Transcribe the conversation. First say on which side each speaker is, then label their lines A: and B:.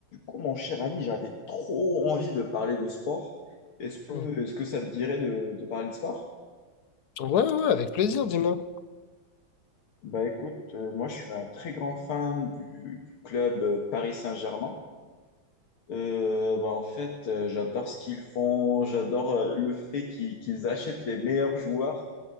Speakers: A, on the left; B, on the left.
A: coup, mon cher ami, j'avais trop envie de parler de sport. Est-ce que,
B: Ouais,
A: est-ce que ça te dirait de, de parler de sport?
B: ouais, ouais, avec plaisir, dis-moi.
A: Bah écoute, euh, moi je suis un très grand fan du, du club euh, Paris Saint-Germain. Euh, bah, en fait, euh, j'adore ce qu'ils font, j'adore euh, le fait qu'ils qu'ils achètent les meilleurs joueurs